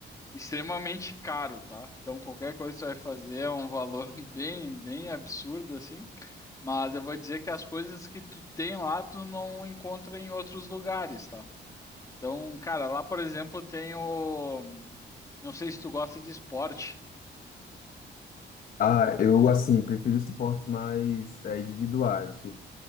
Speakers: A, on the left (about 15°); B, on the left (about 50°).
A: Extremamente caro, tá? Então qualquer coisa que você vai fazer é um valor <laughs> bem bem absurdo assim. Mas eu vou dizer que as coisas que tu tem lá tu não encontra em outros lugares, tá? Então, cara, lá por exemplo tem o, não sei se tu gosta de esporte.
B: Ah, eu, assim, prefiro esportes mais é, individuais, tipo